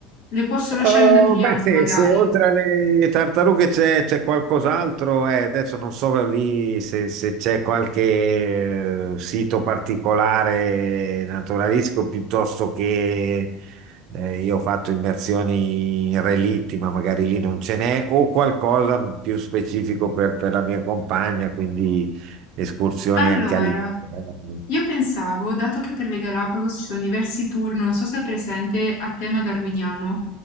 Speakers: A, on the left (about 75°); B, on the right (about 50°).
A: Le posso lasciare
B: Uh,
A: un depliant,
B: beh, se,
A: magari.
B: se oltre alle tartarughe c'è c'è qualcos'altro, eh, adesso non so lì se, se c'è qualche eh, sito particolare naturalistico piuttosto che eh, io ho fatto immersioni in relitti, ma magari lì non ce n'è, o qualcosa più specifico per, per la mia compagna, quindi escursioni
A: Allora,
B: anche all'interno.
A: io pensavo, dato che per le Galapagos ci sono diversi tour, non so se è presente a tema darwiniano,